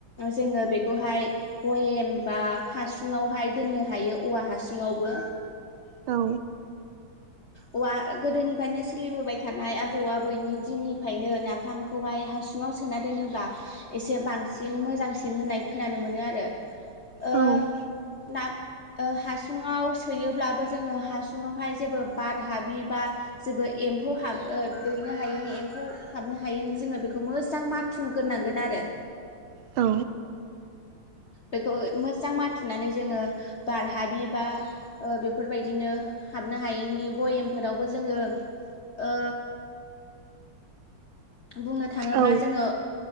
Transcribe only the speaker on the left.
जोङो बेखौहाय भयेम बा हासुङावहाय दोननो हायो औवा हासु ङावबो
औवा गोदोनिफ्रायनो सोलिबोबाय थानाय आबौ आबैनि दिननिफ्रायनो नाफामखौहाय हासुङाव सोना दोनोबा एसे बांसिन मोजांसिन होननाय खोनानो मोनो आरो ओ
ना ओ हासुङाव सोयोब्लाबो जोङो हासुङावहाय जेबो बार हाबि बा जेबो एम्फौ हाब दैनो हायिनि एम्फौ हाबनो हायैनि जोङो बेखौ मोजां माथुगोरनांगोन आरो
बेखौ मोजां माथुनानै जोङो बारहाबि बा ओ बेफोरबायदिनो हाबनो हायैनि भयेमफोरावबो जोङो ओ बुंनो थाङोब्ला
जोङो